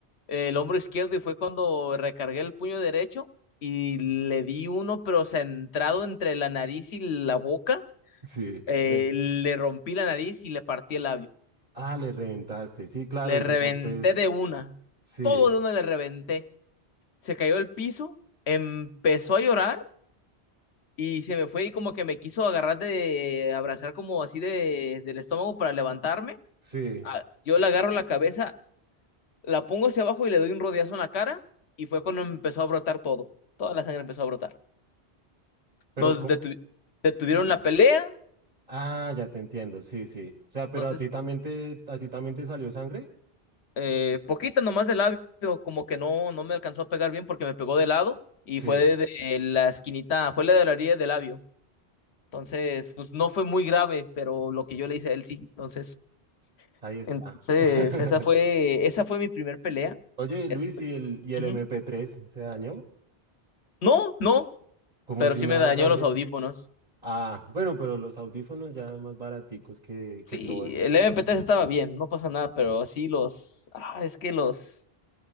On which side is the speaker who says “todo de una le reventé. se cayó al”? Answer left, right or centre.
Left